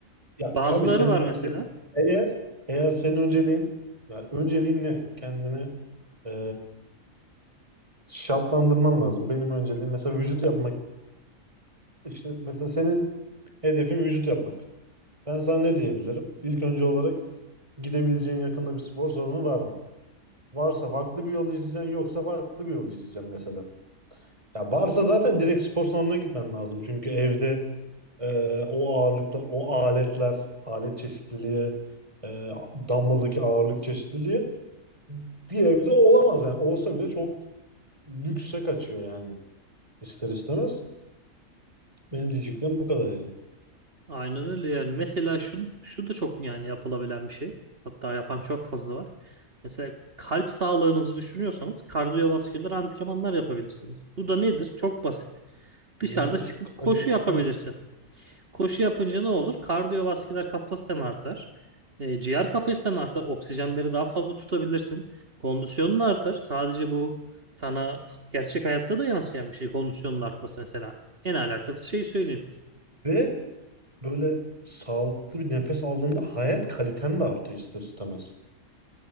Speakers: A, on the right (about 20°); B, on the right (about 45°).
A: ya
B: Bazıları
A: tabii senin
B: var mesela.
A: önce eğer eğer senin önceliğin ya önceliğin ne? Kendini e, şartlandırman lazım. Benim önceliğim mesela vücut yapmak. İşte mesela senin hedefin vücut yapmak. Ben sana ne diyebilirim? İlk önce olarak Gidebileceğin yakında bir spor salonu var mı? Varsa farklı bir yol izleyeceksin, yoksa farklı bir yol izleyeceksin mesela. Ya varsa zaten direkt spor salonuna gitmen lazım. Çünkü evde e, o ağırlıklar, o aletler, alet çeşitliliği, e, dumbbell'daki ağırlık çeşitliliği bir evde olamaz yani. Olsa bile çok lükse kaçıyor yani ister istemez. Benim diyeceklerim bu kadar yani.
B: Aynen öyle yani. Mesela şu, şu da çok yani yapılabilen bir şey. Hatta yapan çok fazla var. Mesela kalp sağlığınızı düşünüyorsanız kardiyovasküler antrenmanlar yapabilirsiniz. Bu da nedir? Çok basit.
A: Nedir?
B: Dışarıda çıkıp
A: Kısaca
B: koşu
A: açıklar
B: yapabilirsin.
A: mısın?
B: Koşu yapınca ne olur? Kardiyovasküler kapasiten artar. E, ciğer kapasiten artar. Oksijenleri daha fazla tutabilirsin. Kondisyonun artar. Sadece bu sana gerçek hayatta da yansıyan bir şey. Kondisyonun artması mesela. En alakası şey söyleyeyim.
A: Ve böyle sağlıklı bir nefes aldığında hayat kaliten de artıyor ister istemez.